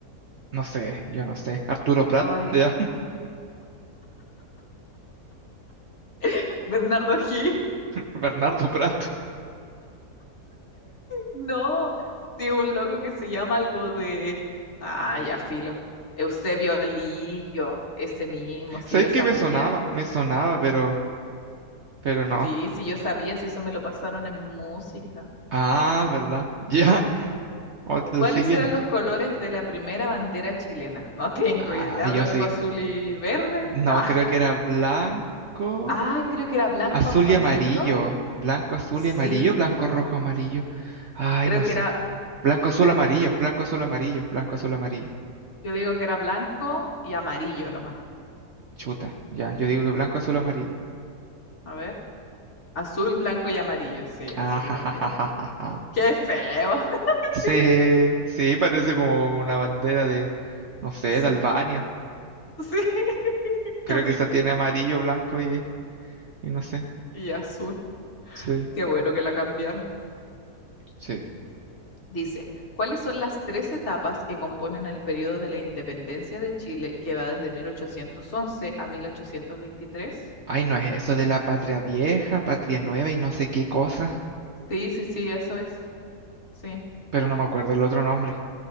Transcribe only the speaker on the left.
Ay,
<laughs> Bernardo O'Higgins. <laughs>
No, sí, un loco que se llama algo de... Ah, ya filo. Eusebio Lillo, ese mismo, si
yo
sabía.
Sí, sí, yo sabía, si eso me lo pasaron en música.
¿Cuáles
eran los colores de la primera bandera chilena? <laughs> No tengo
idea,
blanco,
azul y verde.
Ah,
ah, creo que era blanco,
amarillo.
Sí,
creo
que
era,
cre-
yo digo que era blanco y amarillo nomás.
A ver, azul, blanco y amarillo. Sí,
azul, blanco
y amarillo.
¡Qué feo! <laughs>
Sí,
sí,
sí, <laughs> qué
horrible.
Y azul,
qué bueno que la cambiaron.
Dice, ¿cuáles son las tres etapas que componen el periodo de la independencia de Chile que va desde 1811 a 1823?
Sí, sí, sí, eso es. Sí.